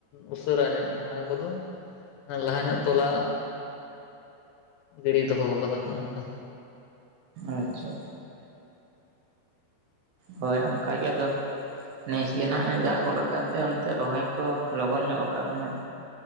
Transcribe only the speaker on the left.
ᱩᱥᱟᱹᱨᱟ ᱧᱚᱜ ᱚᱱᱟ ᱠᱚᱫᱚ᱾ ᱞᱟᱦᱟ ᱧᱚᱜ ᱛᱚᱞᱟ ᱜᱤᱲᱤ ᱫᱚᱦᱚ ᱟᱠᱟᱫᱟ ᱠᱚ ᱚᱱᱠᱟ᱾